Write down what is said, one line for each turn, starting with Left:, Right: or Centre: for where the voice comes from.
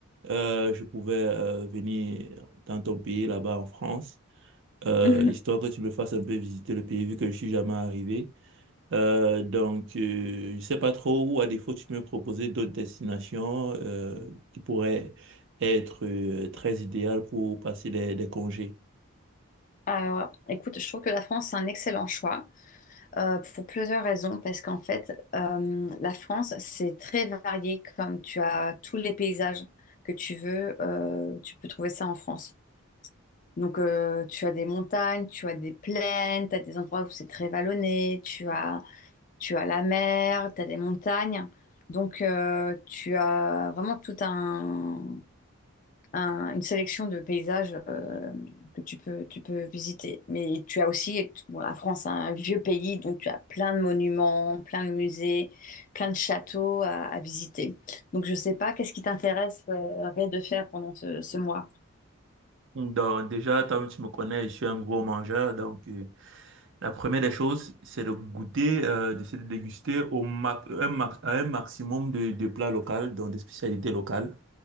Right: euh, je pouvais euh, venir dans ton pays, là-bas en France, euh,
Left: <laughs>
Right: histoire que tu me fasses un peu visiter le pays vu que je suis jamais arrivé. Euh, donc, euh, je sais pas trop, ou à défaut, tu peux me proposer d'autres destinations euh, qui pourraient être euh, très idéales pour passer les, les congés.
Left: Alors, écoute, je trouve que la France, c'est un excellent choix euh, pour plusieurs raisons, parce qu'en fait, euh, la France, c'est très varié, comme tu as tous les paysages que tu veux, euh, tu peux trouver ça en France. Donc, euh, tu as des montagnes, tu as des plaines, tu as des endroits où c'est très vallonné, tu as, tu as la mer, tu as des montagnes. Donc, euh, tu as vraiment tout un, un- une sélection de paysages euh, que tu peux, tu peux visiter. Mais tu as aussi, bon, la France, c'est un vieux pays, donc tu as plein de monuments, plein de musées, plein de châteaux à, à visiter. Donc je sais pas, qu'est-ce qui t'intéresse euh, Ray, de faire pendant ce, ce mois?
Right: Donc, déjà, comme tu me connais, je suis un gros mangeur, donc... euh, La première des choses, c'est de goûter, euh, de se déguster au ma- un ma- à un maximum de, de plats locaux, donc des spécialités locales.